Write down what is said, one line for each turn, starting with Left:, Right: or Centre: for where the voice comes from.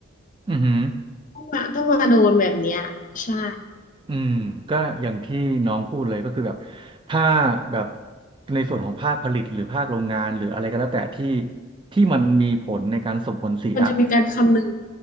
Right: อือหือ
Left: ต้องมาต้องมาโดนแบบเนี้ยใช่
Right: อืมก็อย่างที่น้องพูดเลยก็คือแบบถ้าแบบในส่วนของภาคผลิตหรือภาคโรงงานหรืออะไรก็แล้วแต่ที่ที่มันมีผลในการส่งผลเสีย
Left: มันจะมีการคำนึง